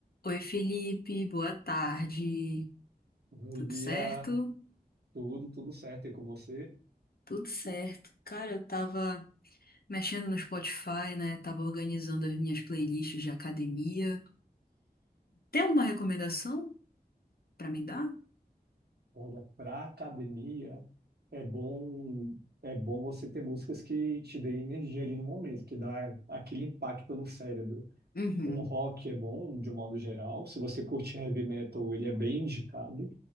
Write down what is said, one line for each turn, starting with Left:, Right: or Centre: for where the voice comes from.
Left: Oi, Felipe, boa tarde.
Right: Bom
Left: Tudo
Right: dia,
Left: certo?
Right: tudo, tudo certo e com você?
Left: Tudo certo. Cara, eu tava mexendo no Spotify, né? Tava organizando as minhas playlists de academia. Tem alguma recomendação pra me dar?
Right: Olha, para academia é bom é bom você ter músicas que te deem energia ali no momento, que dá aquele impacto no cérebro.
Left: Uhum.
Right: Um rock é bom de um modo geral, se você curte heavy metal, ele é bem indicado.